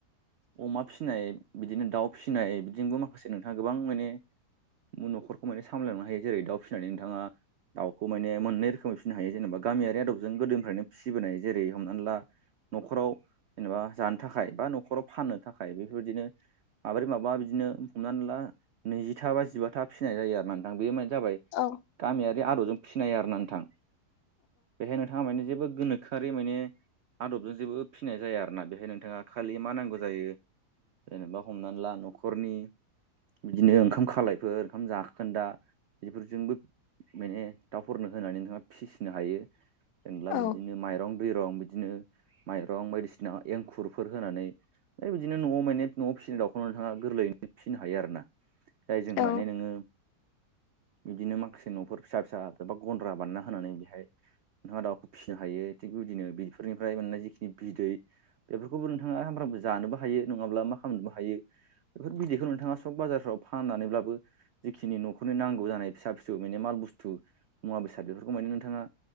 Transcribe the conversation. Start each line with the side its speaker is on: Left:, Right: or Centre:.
Right: अमा फिनाय बिदिनो दाउ फिनाय बिदिनोबो मा खासे नोंथाङा गोबां माने न'खरखौ माने सामलायलांनो हायो जेरै- दाउ फिनानै नोंथाङा दाउखौ माने मोननै रोखोमै फिनो हायो जेनेबा गामियारि आदबजों गोदोनिफ्रायनो फिबोनाय जेरै- हमनानै ला न'खराव जेनेबा जानो थाखाय बा न'खराव फाननो थाखाय बेफोरबायदिनो माब्रै माबा बिदिनो हमनानै ला नैजिथा बा जिबाथा फिनाय जायो आरोना नोंथां बे मा जाबाय
Left: औ
Right: गामियारि आदबजों फिनाय आरोना नोंथां बेहाय नोंथाङा माने जेबो गोनो खोआरि माने आदबजों जेबो फिनाय जाया आरोना बेहाय नोंथाङा खालि मा नांगौ जायो जेनेबा हमनानै ला न'खरनि बिदिनो ओंखाम खालायफोर ओंखाम जाखोन्दा बेफोरजोंबो माने दाउफोरनो होनानै नोंथाङा फिसिनो हायो। जेनेब्ला
Left: औ
Right: बिदिनो माइरं दैरं बिदिनो माइरं बायदिसिना एंखुरफोर होनानै फ्राय बिदिनो न'आव माने न'आव फिसिनाय दाउखौनो नोंथाङा गोरलै फिनो हायो आरोना जायजों
Left: औ
Right: माने नोङो बिदिनो माखासे न'फोर फिसा फिसा एबा गन्द्रा बानायना होनानै बेहाय नोंथाङा दाउखौ फिनो हायो थिग बिबायदिनो बेफोरनिफ्राय मोननाय जिखिनि बिदै बेफोरखौबो नोंथाङा सामफ्रोमबो जानोबो हायो नङाब्ला मा खालामनोबो हायो बेफोर बिदैखौ नोंथाङा सक बाजारफ्राव फाननानैब्लाबो जिखिनि न'खरनि नांगौ जानाय फिसा फिसौ माने माल बुस्थु मुवा बेसाद बेफोरखौ माने नोंथाङा